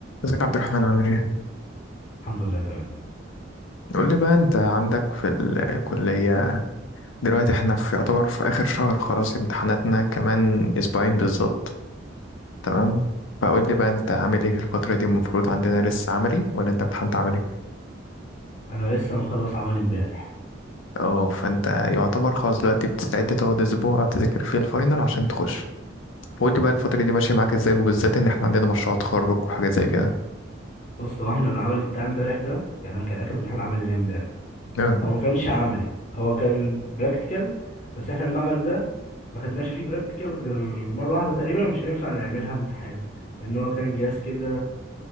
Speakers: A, on the left (about 80°); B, on the left (about 40°).
A: ازيك يا عبد الرحمن عامل ايه؟
B: الحمد لله تمام
A: قول لي بقى انت عندك في الكلية دلوقتي احنا في يعتبر في آخر شهر خلاص امتحاناتنا كمان أسبوعين بالظبط تمام؟ فقول لي بقى انت عامل ايه في الفترة دي المفروض عندنا لسه عملي ولا انت امتحنت عملي؟
B: انا لسه مخلص عمل امبارح
A: اه فانت يعتبر خلاص دلوقتي بتستعد تقعد أسبوع تذاكر فيه الفاينل عشان تخش فقول لي بقى الفترة دي ماشية معاك ازاي وبالذات ان احنا عندنا مشروع تخرج وحاجات زي كده
B: بص هو احنا العملي بتاع امبارح ده يعني انا كان اخر امتحان عملي ليا امبارح
A: اه
B: هو ما كانش عملي هو كان براكتيكال بس احنا المعمل ده ما خدناش فيه براكتيكال غير مره واحده تقريبا مش هينفع نعملها امتحان لان هو كان جهاز كده